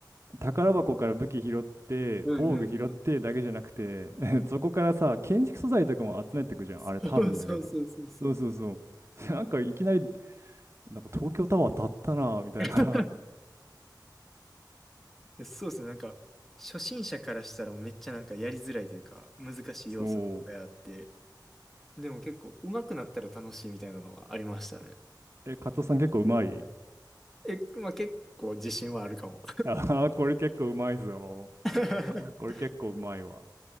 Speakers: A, on the right; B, in the centre.
A: 宝箱から武器拾って、
B: うんうんうん。
A: 防具拾ってだけじゃなくて、<laughs> そこからさ、建築素材とかも集めてくじゃん。あれ多分だけど。
B: <laughs> そうそうそうそう。
A: そうそうそう。<laughs> なんかいきなり、なんか東京タワー建ったなみたいな。
B: <laughs> そうですね。なんか、初心者からしたらめっちゃなんかやりづらいというか、難しい要素がいっぱいあって、
A: <laughs> そう。
B: でも結構上手くなったら楽しいみたいなのはありましたね。
A: え、加藤さん結構うまい。
B: え、まあ結構自信はあるかも。
A: <laughs> あーこれ結構うまいぞ。
B: <laughs>
A: これ結構うまいわ。